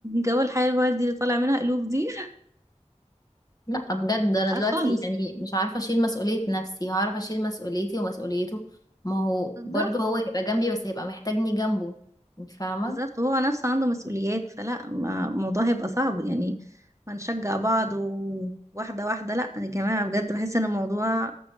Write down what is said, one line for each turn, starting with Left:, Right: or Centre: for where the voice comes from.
Right: جو الحياة الوردي اللي طالع منها قلوب دي
Left: لا بجد
Right: <laughs> لا
Left: انا دلوقتي
Right: خالص
Left: يعني مش عارفه اشيل مسؤوليه نفسي هعرف اشيل مسؤوليتي ومسؤوليته ما هو
Right: بالظبط
Left: برضه هو هيبقى جنبي بس هيبقى محتاجني جنبه انت فاهمه
Right: بالظبط وهو نفسه عنده مسؤوليات فلا ما- الموضوع هيبقى صعب يعني هنشجع بعض وواحدة واحدة لا يا جماعة بجد بحس ان الموضوع